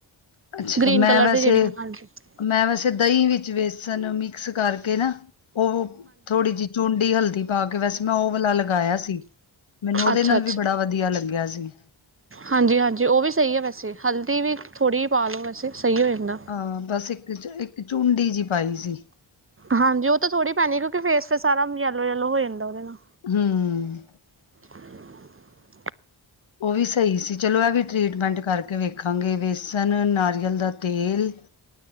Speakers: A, on the left; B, on the right.
A: ਅੱਛਾ
B: ਗ੍ਰੀਨ
A: ਮੈਂ
B: ਕਲਰ
A: ਵੈਸੇ
B: ਦੇ ਜੇੜੀ, ਹਾਂਜੀ। <unintelligible>
A: ਮੈਂ ਵੈਸੇ ਦਹੀਂ ਵਿੱਚ ਵੇਸਣ ਮਿਕਸ ਕਰਕੇ ਨਾ, ਉਹ ਥੋੜੀ ਜੀ ਚੂੰਡੀ ਹਲਦੀ ਪਾ ਕੇ ਵੈਸੇ ਮੈਂ ਓ ਵਾਲਾ ਲਗਾਇਆ ਸੀ। ਮੈਨੂੰ ਓਦੇ
B: ਅੱਛਾ
A: ਨਾਲ ਵੀ ਬੜਾ ਵਧੀਆ ਲੱਗਿਆ ਸੀ।
B: ਹਾਂਜੀ-ਹਾਂਜੀ ਓਵੀ ਸਹੀ ਆ ਵੈਸੇ, ਹਲਦੀ ਵੀ ਥੋੜ੍ਹੀ ਜੀ ਪਾ ਲਉ ਵੈਸੇ ਸਹੀ ਹੋ ਜਾਂਦਾ।
A: ਹਾਂ ਬਸ ਇੱਕ ਚ, ਇੱਕ ਚੂੰਡੀ ਜੀ ਪਾਈ ਸੀ।
B: ਹਾਂਜੀ ਉਹ ਤਾਂ ਥੋੜੀ ਪੈਨੀ ਕਿਉਂਕੇ ਫੇਸ ਫੇਰ ਸਾਰਾ ਯੈਲੋ- ਯੈਲੋ ਹੋ ਜਾਂਦਾ ਉਹਦੇ ਨਾਲ।
A: ਹਮ।
B: <inaudible> <inaudible>
A: ਓਵੀ ਸਹੀ ਸੀ, ਚਲੋ ਇਹ ਵੀ ਟਰੀਟਮੈਂਟ ਕਰਕੇ ਵੇਖਾਂਗੇ ਵੇਸਨ, ਨਾਰੀਅਲ ਦਾ ਤੇਲ